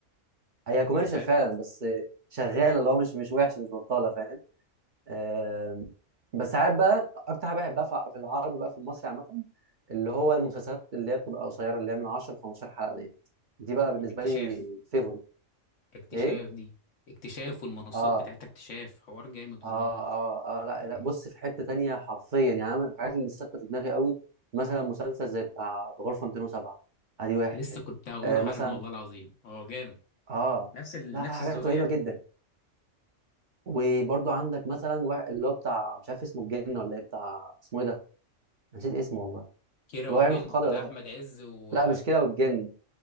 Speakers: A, on the right (about 50°); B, on the left (about 70°).
A: هي
B: انت
A: كوميرشال
B: فاهم
A: فعلا بس شغاله اللي هو مش مش وحشه مش بطاله فاهم آم، بس ساعات بقى اكتر حاجه بحبها في في العربي بقى في المصري عامه اللي هو المسلسلات اللي هي بتبقى قصيره اللي هي من 10 ل 15 حلقه ديت دي بقى بالنسبه
B: الاكتشاف
A: لي فيفوريت
B: اكتشاف
A: ايه
B: دي اكتشاف والمنصات
A: اه
B: بتاعت اكتشاف حوار جامد
A: اه
B: والله
A: اه اه لا
B: امم
A: لا بص في حته تانية حرفيا يعني أنا من الحاجات اللي ثابته في دماغي قوي مثلا مسلسل زي بتاع غرفه 207 ادي واحد
B: لسه كنت هقوله
A: آه
B: حالا
A: مثلا
B: والله العظيم هو جامد
A: اه
B: نفس ال...
A: لا
B: نفس
A: حاجات
B: الذوق
A: رهيبه
B: يعني
A: جدا وبرضو عندك مثلا واحد اللي هو بتاع مش عارف اسمه الجن ولا ايه بتاع اسمه ايه ده نسيت اسمه والله
B: كيرة
A: اللي
B: والجن
A: هو عينه خضرا
B: بتاع
A: ده
B: احمد عز و
A: لا مش كده والجن